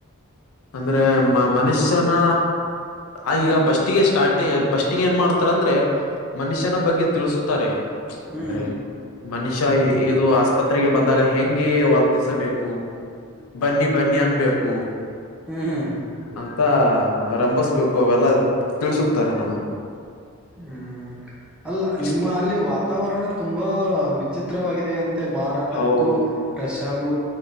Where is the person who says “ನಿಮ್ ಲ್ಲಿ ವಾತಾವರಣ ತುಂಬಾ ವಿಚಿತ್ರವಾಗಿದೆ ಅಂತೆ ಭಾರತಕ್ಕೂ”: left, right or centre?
Centre